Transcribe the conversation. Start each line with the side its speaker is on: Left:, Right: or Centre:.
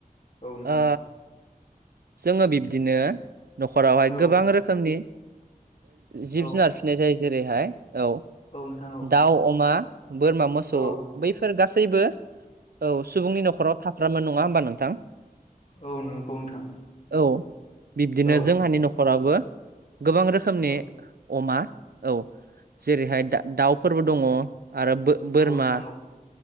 Left: औ नोंथां
Right: ओ जोङो बिब्दिनो न'खरावहाय
Left: औ नोंथां औ
Right: गोबां रोखोमनि जिब
Left: औ
Right: जुनार फिननाय जायो जेरैहाय औ
Left: नोंथां औ
Right: दाउ अमा बोरमा मोसौ
Left: औ
Right: बैफोर गासैबो गासैबो औ सुबुंनि न'खराव थाफ्रामो नङा होमबा नोंथां
Left: औ नंगौ नोंथां
Right: औ बिब्दिनो
Left: औ
Right: जोंहानि न'खराबो गोबां रोखोमनि
Left: औ
Right: अमा औ जेरैहाय दाउफोरबो दङ आरो बोरमा
Left: औ नोंथां औ